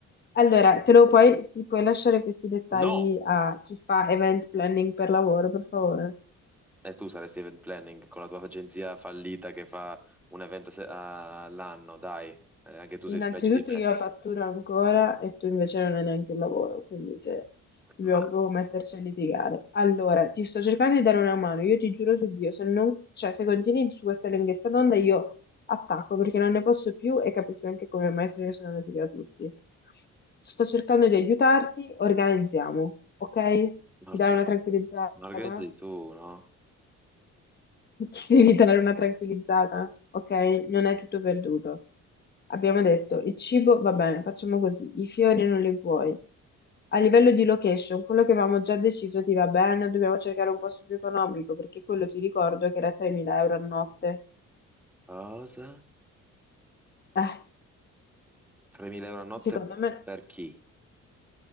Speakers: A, on the left; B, in the centre.
A: Allora, te lo puoi, ti puoi lasciare questi dettagli
B: No!
A: a chi fa event planning per lavoro, per favore?
B: E tu saresti event planning con la tua agenzia fallita che fa un evento se- a- all'anno, dai, Eh, anche tu
A: Innanzitutto
B: sei peggio di me.
A: io fatturo ancora e tu invece non hai neanche un lavoro, quindi se dobbiamo
B: Ma...
A: proprio metterci a litigare. Allora, ti sto cercando di dare una mano, io ti giuro su Dio, se non, cioè, se continui su questa lunghezza d'onda io attacco perché non ne posso più e capisco anche come mai se ne sono andati via tutti. Sto cercando di aiutarti, organizziamo, ok?
B: Norza,
A: Ti dai una tranquillizzata?
B: ma organizzi tu, no?
A: Ci devi dare una tranquillizzata, ok? Non è tutto perduto. Abbiamo detto, il cibo va bene, facciamo così, i fiori non li vuoi. A livello di location, quello che avevamo già deciso ti va bene, dobbiamo cercare un posto più economico, perché quello ti ricordo che era 3.000 euro a notte.
B: Cosa?
A: Eh,
B: 3.000 euro a notte
A: secondo me
B: per chi?